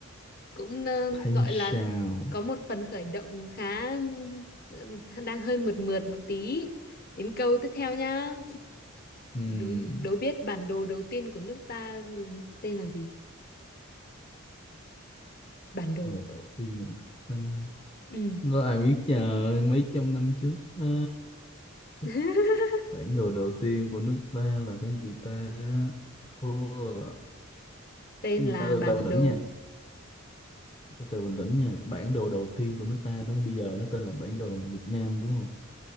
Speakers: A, on the left; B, on the left.
A: cũng ờ,
B: Thấy
A: gọi
B: sao?
A: là có một phần khởi động khá ừ, đang hơi mượt mượt một tí đến câu tiếp theo nhá
B: Ừm,
A: đúng đố biết bản đồ đầu tiên của nước ta tên là gì bản đồ
B: rồi đầu tiên là ta
A: ừ
B: Đó ai biết trời mấy trăm năm trước á, cái
A: <laughs>
B: bản đồ đầu tiên của nước ta là cái gì ta thua
A: Tên
B: cái
A: là
B: gì ta từ
A: bản
B: từ bình tĩnh
A: đồ
B: nha từ từ bình tĩnh nha bản đồ đầu tiên của nước ta đúng không? bây giờ nó tên là bản đồ Việt Nam đúng không